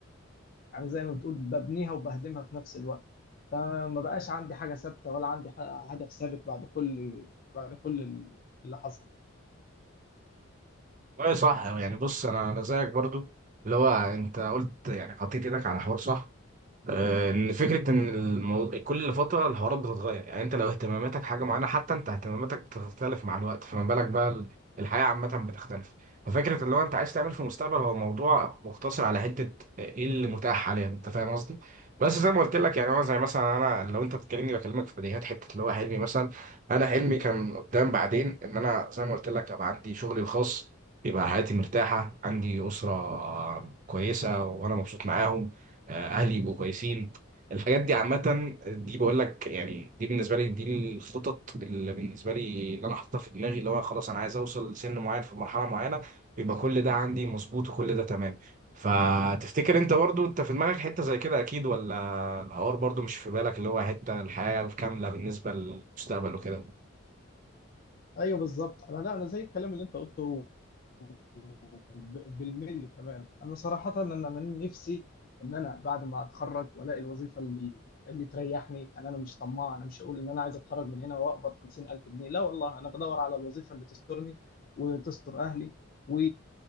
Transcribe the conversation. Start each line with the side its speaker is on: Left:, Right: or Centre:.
Left: يعني زي ما بتقول ببنيها وبهدمها في نفس الوقت فما بقاش عندي حاجة ثابتة ولا عندي ح- هدف ثابت بعد كل بعد كل اللي حصل
Right: والله صح يعني بص انا انا زيك برضو اللي هو انت قلت يعني حطيت ايدك على حوار صح آه، ان فكره ان الموضوع كل فتره الحوارات بتتغير يعني انت لو اهتماماتك حاجه معينه حتى انت اهتماماتك بتختلف مع الوقت فما بالك بقى ال- الحياه عامه بتختلف ففكره اللي هو انت عايز تعمل في المستقبل هو موضوع مقتصر على حته ايه اللي متاح حاليا انت فاهم قصدي بس زي ما قلت لك يعني هو زي مثلا انا لو انت بتكلمني بكلمك في بديهيات حته اللي هو حلمي مثلا انا حلمي كان قدام بعدين ان انا زي ما قلت لك ابقى عندي شغلي الخاص يبقى حياتي مرتاحه عندي اسره آه، كويسه وانا مبسوط معاهم آه، اهلي يبقوا كويسين الحاجات دي عامة دي بقول لك يعني دي بالنسبة لي دي الخطط اللي بالنسبة لي اللي أنا حاططها في دماغي اللي هو خلاص أنا عايز أوصل لسن معين في مرحلة معينة يبقى كل ده عندي مظبوط وكل ده تمام فتفتكر أنت برضو أنت في دماغك حتة زي كده أكيد ولا الحوار برضو مش في بالك اللي هو حتة الحياة الكاملة بالنسبة للمستقبل وكده
Left: ايوه بالظبط انا لا انا زي الكلام اللي انت قلته ب- بالملي كمان انا صراحه ان انا نفسي ان انا بعد ما اتخرج والاقي الوظيفه اللي اللي تريحني يعني انا مش طماع انا مش هقول ان انا عايز اتخرج من هنا واقبض 50000 جنيه لا والله انا بدور على الوظيفه اللي تسترني وتستر اهلي و...